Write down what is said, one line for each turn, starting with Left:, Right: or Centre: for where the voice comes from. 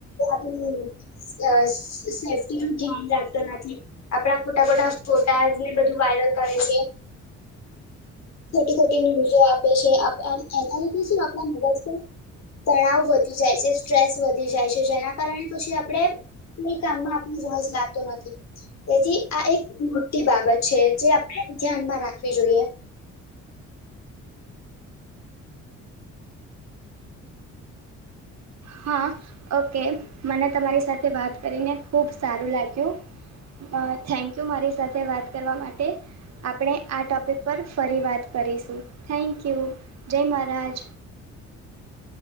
Left: અ સેફ્ટી નું ધ્યાન રાખતો નથી. આપણા ખોટા ખોટા ફોટાઝને બધું વાયરલ કરે છે. ખોટી ખોટી ન્યૂઝો આપે છે આ પ અ એના લીધે શું આપણા મગજ પર તણાવ વધી જાય છે સ્ટ્રેસ વધી જાય છે જેના કારણે પછી આપણે, કોઈ કામમાં આપણ રોજ લાગતો નથી. તેથી આ એક મોટી બાબત છે જે આપણે ધ્યાનમાં રાખવી જોઈએ.
Right: હા, ઓકે મને તમારી સાથે વાત કરીને ખુબ સારું લાગ્યું. અ થેન્કયુ મારી સાથે વાત કરવા માટે. આપણે આ ટોપિક પર ફરી વાત કરીશું થેન્ક યુ, જય મહારાજ.